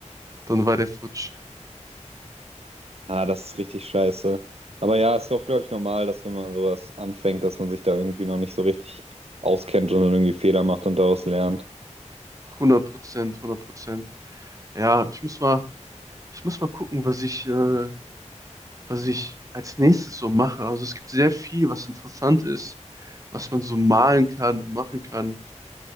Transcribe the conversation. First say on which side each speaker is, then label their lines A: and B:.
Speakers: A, on the right; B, on the right.
A: dann war der futsch.
B: Ah, das ist richtig scheiße. Aber ja, ist doch, glaube ich, normal, dass wenn man sowas anfängt, dass man sich da irgendwie noch nicht so richtig auskennt und dann irgendwie Fehler macht und daraus lernt.
A: Hundert Prozent, Hundert Prozent. Ja, ich muss mal, ich muss mal gucken, was ich, äh, was ich als nächstes so mache. Also es gibt sehr viel, was interessant ist, was man so malen kann und machen kann.